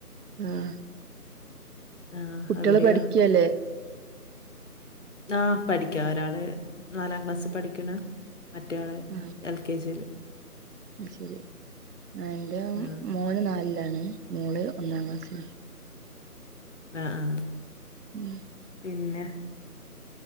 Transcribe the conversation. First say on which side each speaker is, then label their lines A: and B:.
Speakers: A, on the right (about 75°); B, on the left (about 55°).
A: ആഹ്
B: ആ
A: കുട്ടിയാള്
B: അവിടെയോ
A: പഠിക്കല്ലേ?
B: ആഹ് പഠിക്കാ ഒരാള് നാലാം ക്ലാസ് പഠിക്ക്ണ് മറ്റെയാള്
A: ഉം
B: എൽ കെ ജില്
A: അശെരി എഇന്റെ
B: ആ
A: മോന് നാലിലാണ് മോള് ഒന്നാം ക്ലാസ്സിൽ.
B: അഹ്, ആഹ്
A: ഉം
B: പിന്നെ